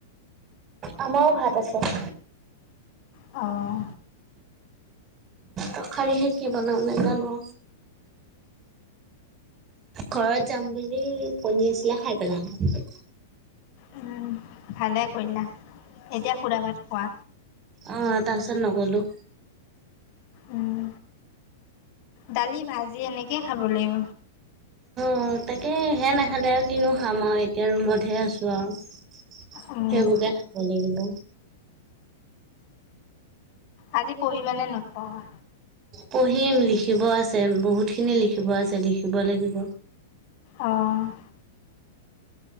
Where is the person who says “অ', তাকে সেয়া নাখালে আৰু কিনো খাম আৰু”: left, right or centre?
Right